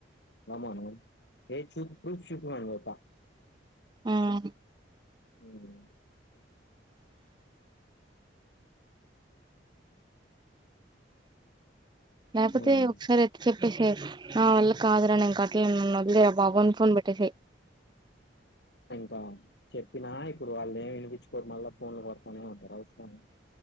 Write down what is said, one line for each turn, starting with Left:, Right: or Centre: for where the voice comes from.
Left: రమ్మను ఏ చూప్ ప్రూఫ్ చూపిమను పోత
Right: మ్మ్
Left: హ్మ్
Right: లేకపోతే
Left: మ్మ్
Right: ఒకసారి ఎట్ చెప్ విష్వేష్ నా వళ్ల కాదురా నేను కట్ ఓకే నన్ను వదిలేరా బాబాని ఫోన్ పెట్టేసి
Left: తా చెప్పినా ఇప్పుడు వాళ్ళే వినిపి <unintelligible> మళ్ళ ఫోన్ లు కొడతానే ఉంటరు స